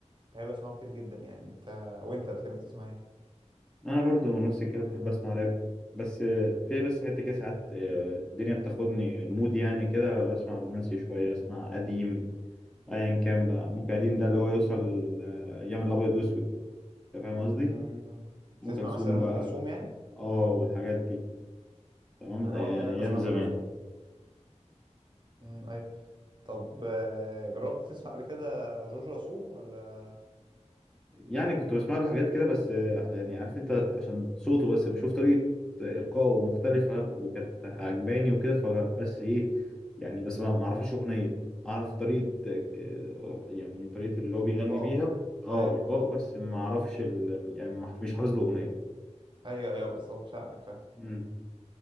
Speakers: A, on the right; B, in the centre.
A: بحب اسمعه كتير جدا يعني انت وانت بتحب تسمع ايه
B: انا برضو نفسي كده بحب اسمع راب بس آه، في بس حته كده ساعات آه، الدنيا بتاخدني المود يعني كده بسمع رومانسي شويه اسمع قديم ايا كان بقى ممكن قديم ده اللي هو يوصل آه، ايام الابيض واسود انت فاهم قصدي
A: مم. بتسمع
B: ام كلثوم
A: مثلا ام
B: بقى
A: كلثوم يعني
B: اه والحاجات دي تمام
A: انا
B: الأي- ايام
A: برضو بحب اسمع
B: زمان
A: ام كلثوم مم، ايوه طب آه، جربت تسمع قبل كده جورج وسوف ولا
B: يعني كنت بسمع له حاجات كده بس آه، يعني عارف انت عشان صوته بس بشوف طريقة إلقائه مختلفة وكانت عجباني وكده فبس ايه يعني بس ما ما اعرفش أغنية اعرف طريقة آه، يعني طريقة اللي هو بيغني
A: عقاب
B: بيها اه
A: ايوه
B: إلقائه بس ما اعرفش ال... يعني ما- مش حافظ له أغنية
A: ايوه ايوه بالظبط فاهمك فاهم
B: مم.